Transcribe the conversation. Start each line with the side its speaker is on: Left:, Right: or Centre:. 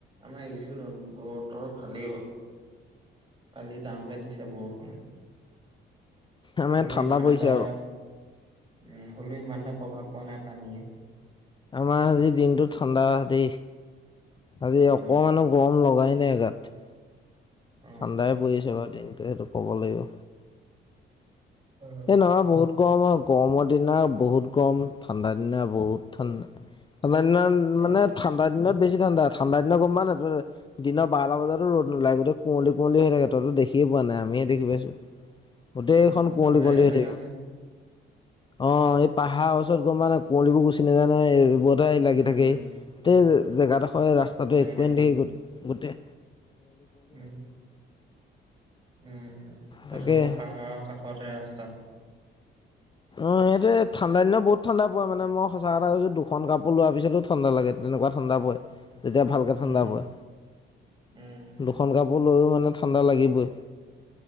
Right: আমাৰ এগিদিন ৰ-বতৰ ভালেই অ'। কালি ডাঙকে দিছে বৰষুণ।
Left: আমাৰ
Right: হ'লেও
Left: ইয়াত ঠাণ্ডা
Right: ইমান
Left: পৰিছে
Right: এটা
Left: আকৌ
Right: উ হ'লেও ইমান এটা প্ৰভাৱ পোৱা নাই পানীয়ে।
Left: আমাৰ আজি দিনতো ঠাণ্ডা দেই। আজি
Right: উম
Left: অকমানো গৰম লগাই নাই। গাত।
Right: অ
Left: ঠাণ্ডাই পইছে বাও দিনটো হেটো ক'ব লাগিব।
Right: উম
Left: এ নহয় বহুত গৰম হয়, গৰমৰ দিনা বহুত গৰম ঠাণ্ডা দিনা বহুত ঠাণ্ডা, ঠাণ্ডা দিনা
Right: এই
Left: মানে
Right: পা
Left: ঠাণ্ডা দিনত বেছি ঠাণ্ডা, ঠাণ্ডা দিনা গম পাৱ নাই তই দিনৰ বাৱটা বজাতো ৰ'দ নোলায়। গোটেই কুঁৱলী, কুঁৱলী হৈ থাকে তইতো দেখ খিয়ে পোৱা নাই। আমিহে দেখি পাইছোঁ। গোটেইখন
Right: উম
Left: কুঁৱলী,
Right: পাহাৰীয়া
Left: কুঁৱলী হৈ
Right: জেগা
Left: থাকিব।
Right: যে
Left: অ' এই পাহাৱ ওচৰত গম পাৱ নাই কুৱলীবোৰ গুচি নাযায় নহয়। এইবোৱত দাই লাগি
Right: উম
Left: থাকেই। তে জেগাডখই ৰাস্তাটো
Right: লাগি
Left: একোৱে নেদখি গো-গোটেই
Right: উ, উ তাপিছত
Left: তাকে
Right: তু পাহাৱ কাষতে আছ ছা।
Left: অ' হেটোৱে ঠাণ্ডা দিনত বহুত ঠাণ্ডা পই মানে মই সঁচা কথা কৈছো। দুখন কাপোৰ লোৱাৰ পিছতো ঠাণ্ডা লাগে। কেনেকুৱা ঠাণ্ডা পয়, তেতিয়া ভালকে
Right: উম
Left: ঠাণ্ডা পয়।
Right: উম
Left: দুখন কা পো লৈওঁ মানে ঠাণ্ডা লাগিবই।